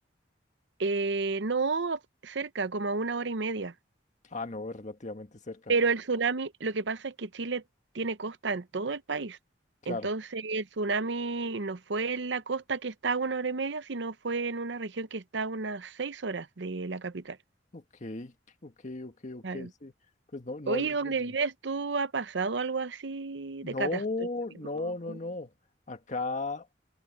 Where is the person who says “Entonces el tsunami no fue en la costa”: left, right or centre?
Right